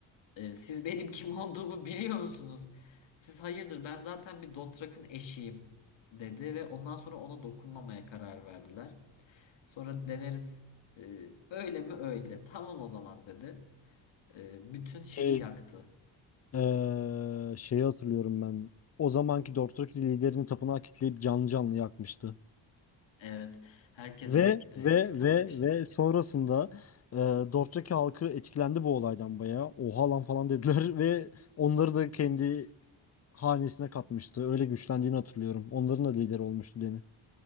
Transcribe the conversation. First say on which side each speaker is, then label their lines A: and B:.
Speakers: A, on the left; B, on the left.
A: Ee, siz benim kim olduğumu biliyor musunuz? Siz hayırdır ben zaten bir Dothrak'ın eşiyim dedi ve ondan sonra ona dokunmamaya karar verdiler. Sonra Daenerys e, öyle mi öyle tamam o zaman dedi. E, bütün şeyi
B: Şey,
A: yaktı.
B: eee, şeyi hatırlıyorum ben. O zamanki Dorthraki liderini tapınağa kitleyip canlı canlı yakmıştı.
A: Evet herkese
B: Ve
A: e,
B: ve
A: yakmış.
B: ve ve sonrasında eee Dorthraki halkı etkilendi bu olaydan bayağı. Oha lan falan dediler <laughs> ve onları da kendi hanesine katmıştı. Öyle güçlendiğini hatırlıyorum. Onların da lideri olmuştu Deni.